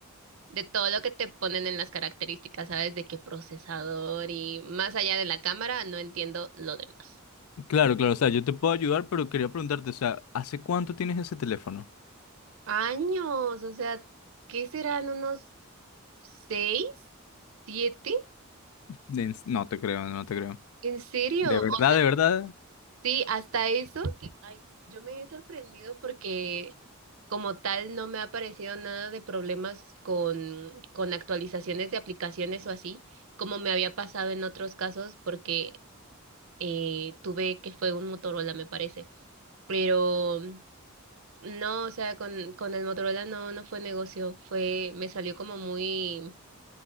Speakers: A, on the right (about 70°); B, on the left (about 80°).
A: de todo lo que te ponen en las características, ¿sabes? De qué procesador y más allá de la cámara, no entiendo lo demás.
B: Claro, claro, o sea, yo te puedo ayudar, pero quería preguntarte, o sea, ¿hace cuánto tienes ese teléfono?
A: Años, o sea, ¿qué serán unos seis, siete?
B: De- No te creo, no te creo.
A: ¿En serio?
B: ¿De
A: O
B: verdad,
A: sea,
B: de verdad?
A: sí, hasta eso que, ay, yo me he sorprendido porque como tal no me ha aparecido nada de problemas con, con actualizaciones de aplicaciones o así, como me había pasado en otros casos porque eh, tuve que fue un Motorola, me parece. Pero mm, no, o sea, con, con el Motorola no, no fue negocio, fue, me salió como muy